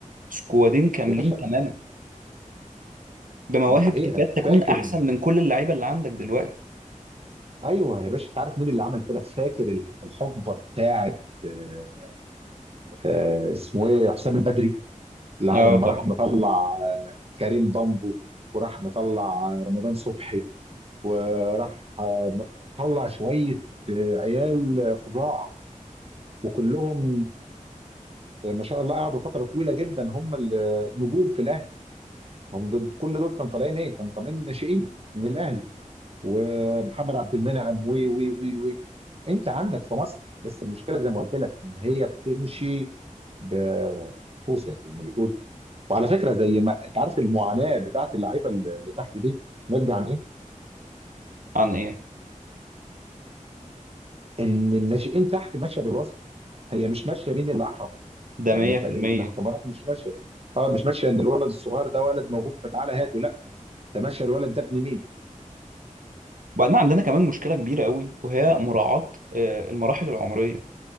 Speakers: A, on the right; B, on the right.
A: سكوادين كاملين
B: يا باشا
A: تماما
B: انت
A: بمواهب
B: ده حقيقه
A: تكاد تكون
B: فاكر
A: احسن من كل اللعيبه اللي عندك دلوقتي
B: ايوه يا باشا انت عارف مين اللي عمل كده فاكر الح- الحقبه بتاعت آه، آه، اسمه ايه حسام البدري اللي
A: اه
B: لما
A: طبعا
B: راح مطلع آه، كريم بامبو وراح مطلع آه، رمضان صبحي وراح آه، م- طلع شويه آه، عيال آه، فظاع وكلهم آه، ما شاء الله قعدوا فتره طويله جدا هم النجوم في الاهلي هم دول- كل دول كانوا طالعين ايه؟ كانوا طالعين ناشئين من الاهلي ومحمد عبد المنعم وي وي وي وي انت عندك في مصر بس المشكله زي ما قلت لك ان هي بتمشي بكوسه زي ما بيقول وعلى فكره زي ما انت عارف المعاناه بتاعت اللعيبه اللي اللي تحت دي ناتجه عن ايه؟
A: عن ايه
B: ان الناشئين تحت ماشيه بالوسط هي مش ماشيه مين اللي احرف
A: ده
B: يعني
A: 100%
B: انت الاختبارات مش ماشيه طبعا مش ماشيه ان الولد الصغير ده ولد موهوب فتعالى هاته لا ده ماشيه الولد ده ابن مين؟
A: وبعدين عندنا كمان مشكله كبيره قوي وهي مراعاه آه، المراحل العمريه